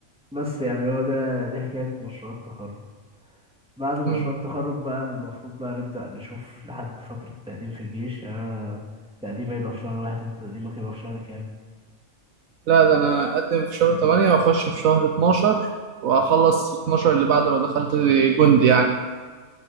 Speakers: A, in the centre; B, on the right.
A: بس يعني هو ده دي حكاية مشروع التخرج بعد مشروع
B: مم.
A: التخرج بقى المفروض بقى نبدأ نشوف لحد فترة التقديم في الجيش آه تقديمي يبقى في شهر واحد انت تقديمك يبقى في شهر كام
B: لا ده انا اقدم في شهر 8 واخش في شهر 12 واخلص 12 اللي بعده لو دخلت جندي يعني